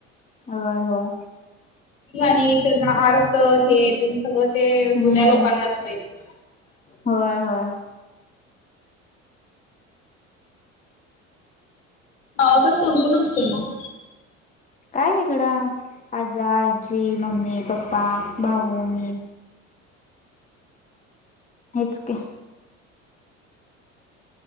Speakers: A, on the left (about 20°); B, on the left (about 80°).
A: होय होय.
B: आणि त्याचा अर्थ हे सगळं ते
A: हम्म
B: जुन्या लोकांनाच माहिती
A: होय होय.
B: गावाकडे कोणकण असते मग
A: काय इकडं आजा आजी मम्मी पप्पा भाऊ मी हेच के.